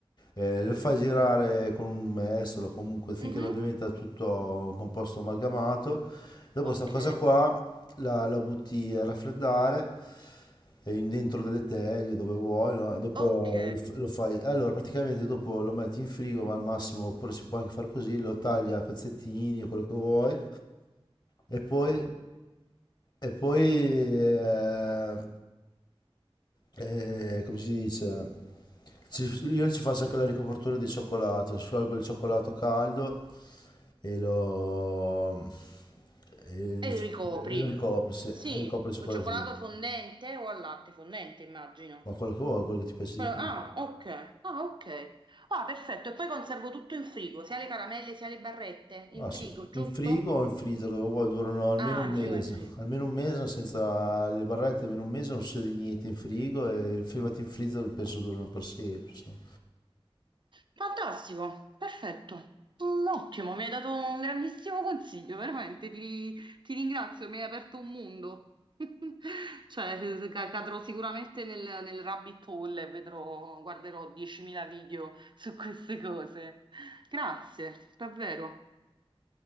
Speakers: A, on the left (about 45°); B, on the right (about 50°).
A: Eh, lo fai girare con un mestolo, comunque finché
B: Mhm,
A: non diventa tutto un composto amalgamato. Dopo
B: Ok,
A: sta cosa qua la, la butti a raffreddare eh, in- dentro delle teglie dove vuoi, no? E Dopo
B: ok.
A: lo, f- lo fai. Allora, praticamente dopo lo metti in frigo, ma al massimo, oppure si può anche fare così, lo taglia a pezzettini, quello che vuoi, e poi, e poi eh, eh, come si dice? Ci- io ci faccio anche la ricopertura di cioccolato, sciolgo il cioccolato caldo e lo, e il-
B: E ricopri.
A: e lo ricopro, sì,
B: Sì,
A: e ricopro il cioccolatino.
B: o cioccolato fondente o al latte fondente, immagino.
A: Ma quello che vuoi, quello che ti piace
B: Quello-
A: di più.
B: Ah, ok. Ah, ok. Ah, perfetto. E poi conservo tutto in frigo, sia le caramelle sia le barrette in
A: Ah,
B: frigo,
A: sì.
B: giusto?
A: In frigo o in freezer dove vuoi durano almeno
B: Ah,
A: un
B: il
A: mese,
B: frigo è in frigo.
A: almeno un mese senza le barrette, almeno un mese non succede niente in frigo e in fermati in freezer penso durano per sempre. insomma.
B: Fantastico, perfetto. Mm, Ottimo, mi hai dato un grandissimo consiglio, veramente ti, ti ringrazio, mi hai aperto un mondo. <laughs> Cioè, ca- cadrò sicuramente nel, nel rabbit hole e vedrò, guarderò 10.000 video su queste cose. Grazie, davvero.